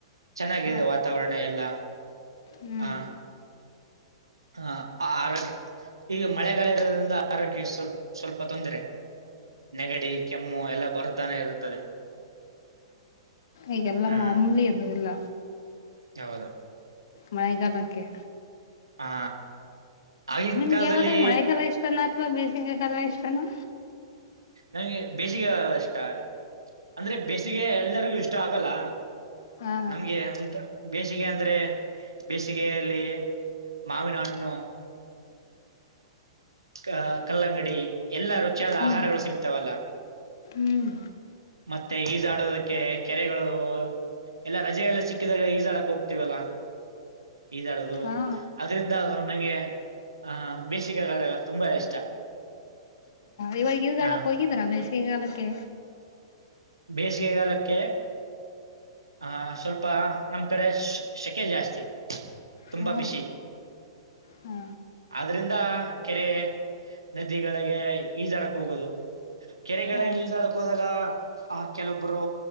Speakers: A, on the right; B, on the left.
A: ಚೆನ್ನಾಗಿದೆ
B: ಹಾ
A: ವಾತಾವರಣ ಎಲ್ಲ
B: ಹ್ಮ್
A: ಹ ಹ ಆರೋಗ್ಯ ಈಗ ಮಳೆಗಾಲ ಇರೋದ್ರಿಂದ ಆರೋಗ್ಯ ಸ್ವಲ್ ಸ್ವಲ್ಪ ತೊಂದರೆ ನೆಗಡಿ ಕೆಮ್ಮು ಎಲ್ಲ ಬರುತ್ತಾನೆ ಇರುತ್ತದೆ
B: ಈಗೆಲ್ಲ
A: ಹಾ
B: ಮಾಮೂಲಿ ಅದು ಎಲ್ಲ
A: ಹೌದು
B: ಮಳೆಗಾಲಕ್ಕೆ
A: ಹಾ ಆಗಿನ
B: ನಿಮ್ಗೆ
A: ಕಾಲದಲ್ಲಿ
B: ಯಾವದು ಮಳೆ ಗಾಲ ಇಷ್ಟ ನಾ ಅಥವಾ ಬೇಸಿಗೆ ಗಾಲ ಇಷ್ಟನ
A: ನಂಗೆ ಬೇಸಿಗೆ ಗಾಲ ಇಷ್ಟ ಅಂದ್ರೆ ಬೇಸಿಗೆ ಎಲ್ಲರಿಗು ಇಷ್ಟ ಆಗ್ ಹೋಗಲ್ಲ
B: ಹಾ
A: ನಮ್ಗೆಂತ ಬೇಸಿಗೆ ಅಂದ್ರೆ ಬೇಸಿಗೆಯಲ್ಲಿ ಮಾವಿನ ಹಣ್ಣು ಅ ಕಲ್ಲಂಗಡಿ ಎಲ್ಲಾ ರುಚಿಯಾದ
B: ಹ್ಮ್
A: ಆಹಾರಗಳು ಸಿಗುತ್ತಾವಲ್ಲ
B: ಹ್ಮ್
A: ಮತ್ತೆ ಈಜಾಡದಕ್ಕೆ ಕೆರೆಗಳು ಎಲ್ಲ ರಜೆ ಎಲ್ಲ ಸಿಕ್ಕಿದಾಗ ಈಜಾಡಕ್ ಹೋಗ್ತವಲ್ಲ ಈಜಾಡದು
B: ಹಾ
A: ಅದ್ರಿಂದ ನಂಗೆ ಆಹ ಬೇಸಿಗೆ ಆ ಗಾಲ ತುಂಬಾ ಇಷ್ಟ.
B: ಇವಾಗ ಈಜಾಡಕ್
A: ಆ
B: ಹೋಗಿದೀರಾ ಬೇಸಿಗೆಗಾಲಕ್ಕೆ
A: ಬೇಸಿಗೆಗಾಲಕ್ಕೆ ಆಹ ಸ್ವಲ್ಪ ನಮ್ ಕಡೆ ಶೆಕೆ ಜಾಸ್ತಿ ತುಂಬಾ
B: ಹಾ
A: ಬಿಸಿ
B: ಹಾ
A: ಆದ್ರಿಂದ ಕೆರೆ ನದಿಗಳಿಗೆ ಈಜಾಡಕ್ ಹೋಗೋದು ಕೆರೆಗಳಿಗೆ
B: ಹಾ
A: ಈಜಾಡಕ್ ಹೋದಾಗ ಆ ಕೆಲೊಬ್ರು